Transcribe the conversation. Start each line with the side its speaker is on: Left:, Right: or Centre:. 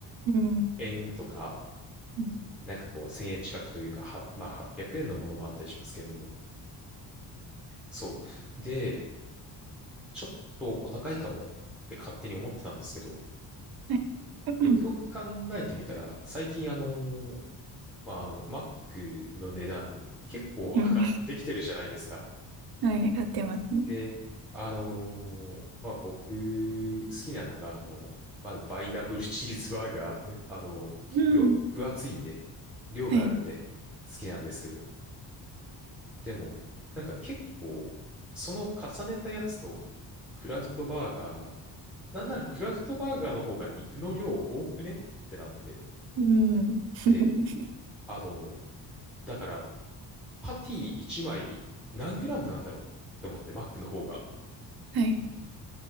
Right: うん
Centre: 円とか、
Right: うん
Centre: なんかこう、1000円近くというか、は、まあ、800円のものもあったりしますけれども。そう。で、ちょっとお高いかもって勝手に思ってたんですけど、
Right: はい。<laughs>
Centre: よくよく考えてみたら、
Right: うん
Centre: 最近あの、まあ、あの、Mac の値段結構上がってきてるじゃないですか。
Right: うんはい、上がってますね。
Centre: で、あのーまあ、僕、好きなのが、あの、まあ、バイダブルチーズバーガー。えあの、
Right: うん。
Centre: 要は分厚いんで、量があるんで、
Right: はい。
Centre: 好きなんですけど、でも、なんか結構、その重ねたやつと、クラフトバーガー、なんならクラフトバーガーの方が肉の量多くねってなって。
Right: うん。<laughs>
Centre: で、あの、だから、パティ1枚何グラムなんだろうって思って、マックの方が。
Right: はい。